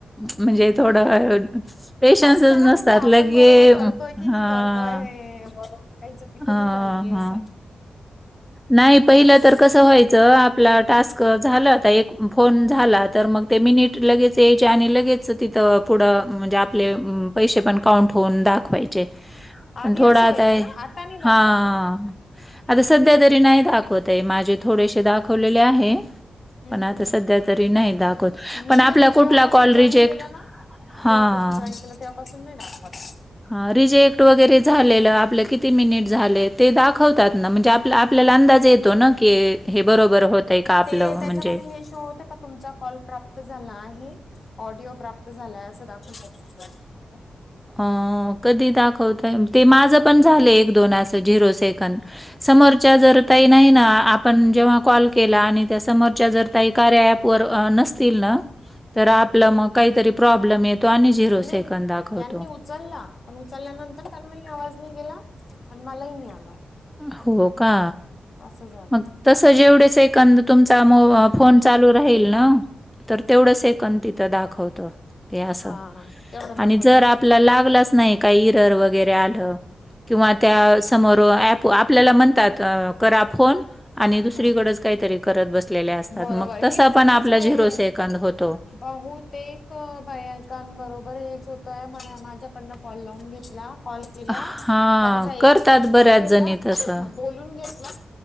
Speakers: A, in the centre; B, on the left.
A: म्हणजे थोड पेशन्स
B: असतं ना
A: नस
B: कमी
A: त्या
B: आपण
A: लागे
B: बरोबर
A: हा,
B: करतोय की नाही करतोय हे बरोबर काही चुकी
A: हा,
B: तर नाही झाली असं.
A: हा. नाही पहिलं
B: बरोबर.
A: तर कसं व्हायचं. आपला टास्क झालं आता एक फोन झाला तर मग ते मिनिट लगेच यायचे आणि लगेच तिथं- पुढं म्हणजे आपले पैसे पण काउंट होऊन दाखवायचे.
B: आधी
A: थोडा
B: असं व्हायचं
A: आताय
B: ना आता नाही दाखवत
A: हा.
B: ना.
A: आता सध्या तरी नाही दाखवत आहे माझे थोडेसे दाखवलेले आहे.
B: हम्म
A: पण आता
B: हम्म
A: सध्या
B: हम्म.
A: तरी नाही दाखवत
B: मी
A: पण आपला
B: ज जेव्हापासून
A: कुठला कॉल
B: जॉईन
A: रिजेक्ट-
B: केलं ना
A: हा
B: जेव्हापासून जॉईन केलं तेव्हापासून नाही दाखवत.
A: ह रिजेक्ट वगैरे झालेलं आपलं किती? मिनिट झाले ते दाखवतात. म्हणजे आप आपल्याला अंदाज येतो ना क हे बरोबर होतंय का आपलं
B: ते त्याच्यामध्ये
A: म्हणजे
B: हे शो होत का? तुमचा. कॉल प्राप्त झाला आहे ऑडिओ प्राप्त झालाय अस दाखवू शकत फक्त.
A: अ कधी दाखवतय ते माझं पण झालंय एक दोन असं झिरो सेकंड. समोरच्या जर ताई नाही ना आपण जेव्हा कॉल के आणि त्या समोरच्या जर का कार्या एप व नसतील ना तर आपलं मग- काहीतरी प्रॉब्लेम येतो आणि झिरो
B: नाही
A: सेकंद दाखवतो.
B: यांनी उचलला पण उचलल्यानंतर त्यांना आवाज नाही गेला पण मलाही नि आला.
A: हो का?
B: अस झालं.
A: मग तसं जेवढे सेकंद तुमचा फोन चालू राहील ना तर तेवढं सेकंद तिथं दाखवतो. ते असं
B: हा हा तेवढं दाखवतील
A: आणि जर आपला लागलाच नाही. काही इरर वगैरे आल किवा त्यासमोर
B: हा
A: एप आपल्याला म्हणतात करा फोन आणि
B: हा
A: दुसरीकडेच काहीतरी करत बसलेल्या असतात
B: बरोबर
A: मग तसा
B: हे चुकीच
A: पण आपला
B: आहे
A: झिरो सेकंद होतो.
B: बहुतेक बायकांबरोबर हेच होतय म माझ्याकडनं कॉल लावून घेतला. कॉल केला
A: हा
B: त्यांचा एकच
A: करतात
B: कॉल
A: बऱ्याच
B: बाकी होता
A: जणी तसं
B: बोलून घेतला.